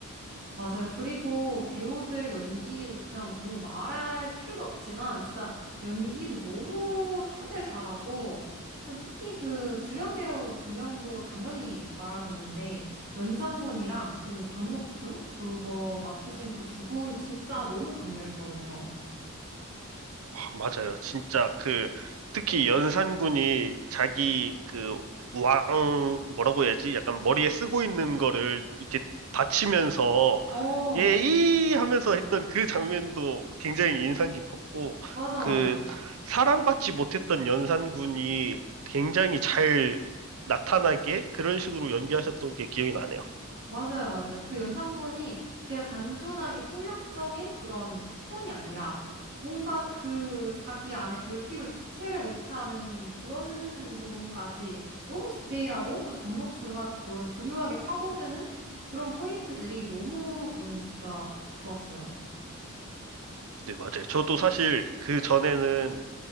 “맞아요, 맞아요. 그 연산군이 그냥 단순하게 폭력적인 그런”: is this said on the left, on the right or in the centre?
Right